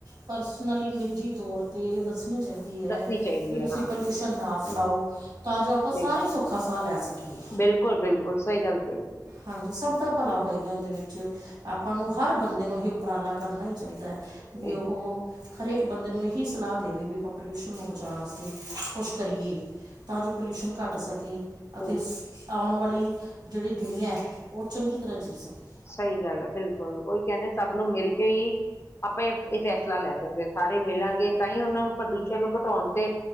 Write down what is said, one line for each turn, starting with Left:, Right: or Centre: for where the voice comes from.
Right: ਪਰਸਨਲੀ ਨਿੱਜੀ ਤੌਰ ਤੇ ਇਹ ਦੱਸਣੀ ਚਾਹੀਦੀ ਐ,
Left: ਦੱਸਣੀ ਚਾਹੀਦੀ
Right: ਵੀ ਤੁਸੀਂ
Left: ਹੈ ਹਾਂ
Right: ਪੋਲਿਊਸ਼ਨ ਨਾ ਫੈਲਾਓ ਤਾਂ ਜੋ ਆਪਾਂ
Left: ਸਹੀ
Right: ਸਾਰੇ
Left: ਗੱਲ
Right: ਸੌਖਾ ਸਾ ਲੈ ਸਕੀਏ।
Left: ਬਿਲਕੁਲ ਬਿਲਕੁਲ ਸਹੀ ਗੱਲ ਕਹੀ ਤੁਸੀਂ
Right: ਹਾਂਜੀ ਸਭ ਦਾ ਭਲਾ ਹੋਏਗਾ ਇਹਦੇ ਵਿੱਚ, ਆਪਾਂ ਨੂੰ ਹਰ ਬੰਦੇ ਨੂੰ ਇਹ ਉਪਰਾਲਾ ਕਰਨਾ ਹੀ ਚਾਹੀਦਾ ਐ, ਵੀ
Left: ਸਹੀ
Right: ਉਹ
Left: ਹੈ
Right: ਹਰੇਕ ਬੰਦੇ ਨੂੰ ਇਹੀ ਸਲਾਹ ਦੇਵੇ ਵੀ ਪੋਲਿਊਸ਼ਨ ਨੂੰ ਬਚਾਣ ਵਾਸ ਤੇ ਕੁਛ ਕਰੀਏ ਤਾਂ ਜੋ ਪੋਲਿਊਸ਼ਨ ਘੱਟ ਸਕੇ ਅਤੇ
Left: ਬਿਲਕੁਲ
Right: ਸ ਆਉਣ ਵਾਲੀ ਜੇੜੀ ਦੁਨੀਆ, ਉਹ ਚੰਗੀ ਤਰ੍ਹਾਂ ਜੀ ਸਕੇ।
Left: ਸਹੀ ਗੱਲ ਐ, ਬਿਲਕੁਲ ਓਹੀ ਕਹਿੰਦੇ ਸਭ ਨੂੰ ਮਿਲ ਕੇ ਈ ਆਪਾਂ ਇਹ ਫੈਸਲਾ ਲੈ ਸਕਦੇ ਆ, ਸਾਰੇ ਮਿਲਾਂਗੇ ਤਾਂਈਓਂ ਉਹਨਾਂ ਨੂੰ ਪ੍ਰਦੂਸ਼ਣ ਨੂੰ ਘਟਾਉਣ ਤੇ